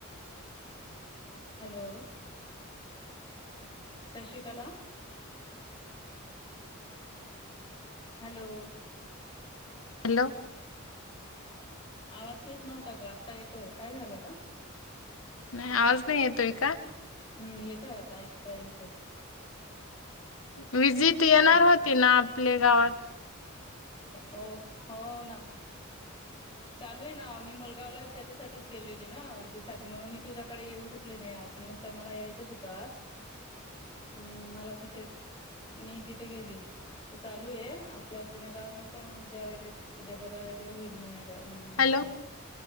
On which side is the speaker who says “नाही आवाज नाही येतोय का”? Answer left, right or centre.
Left